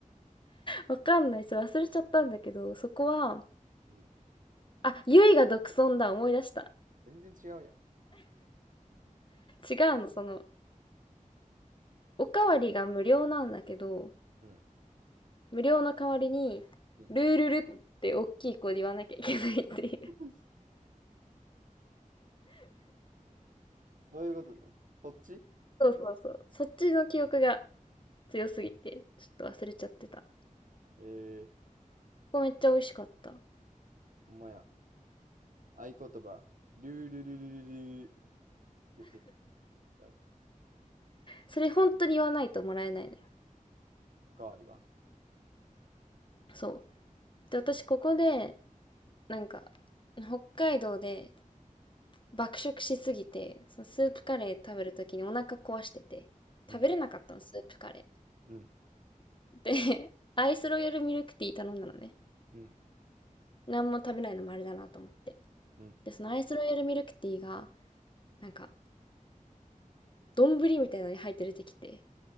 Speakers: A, on the left; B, on the right.
A: わかんない。ちょっと忘れちゃったんだけど、そこは、
B: うん。
A: あ、ゆいが独尊だ。思い出した。
B: 全然違うやん。
A: 違うの、その、おかわりが無料なんだけど、
B: うん。
A: 無料の代わりに、
B: うん。
A: ルールルって大きい声で言わなきゃいけないっていう。
B: <laughs> そういうことね。こっち
A: <laughs> そうそうそう。そっちの記憶が強すぎて、ちょっと忘れちゃってた。
B: えー、
A: こめっちゃ美味しかった。
B: ほんまや。合言葉、ルールルルルルー、出てきた。
A: それ本当に言わないともらえないのよ。
B: おかわりは
A: そう。で、私ここで、なんか、北海道で爆食しすぎて、そのスープカレー食べるときにお腹壊してて、
B: うん、
A: 食べれなかったの、スープカレ
B: うん、
A: ー。で、<laughs> アイスロイヤルミルクティー頼んだのね。
B: うん、
A: 何も食べないのもあれだなと思って。
B: うん。
A: で、そのアイスロイヤルミルクティーが、なんか、丼みたいなのに入って出てきて、